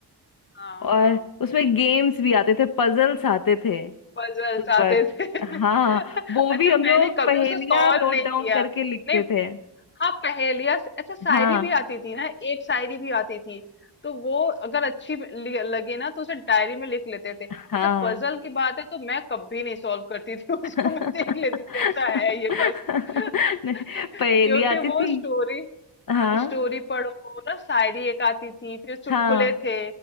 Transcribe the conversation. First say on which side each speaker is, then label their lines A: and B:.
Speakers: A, on the left; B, on the left.
A: हाँ
B: और
A: हाँ
B: उसमें गेम्स भी आते थे पजल्स आते थे
A: पजल्स
B: उस
A: आते
B: वक्त
A: थे <laughs>
B: हाँ वो
A: अच्छा
B: भी हम
A: मैंने
B: लोग
A: कभी
B: पहेलियां
A: उसे सॉल्व
B: नोट
A: नहीं
B: डाउन
A: किया
B: करके लिखते
A: नहीं
B: थे
A: हाँ पहेलियाँ से- अच्छा शायरी
B: हाँ
A: भी आती थी ना एक शायरी भी आती थी तो वो अगर अच्छी लि- लगे ना तो उसे डायरी में लिख लेते थे
B: हाँ
A: अच्छा पजल की बात है तो मैं कभी नहीं सॉल्व करती थी <laughs> उसको
B: <laughs>
A: मैं देख लेती थी अच्छा है ये बस <laughs>
B: नहीं,
A: क्योंकि
B: पहेली आती थी
A: वो स्टोरी
B: हाँ
A: हाँ स्टोरी पढ़ो ना शायरी एक आती थी फिर चुटकुले
B: हाँ
A: थे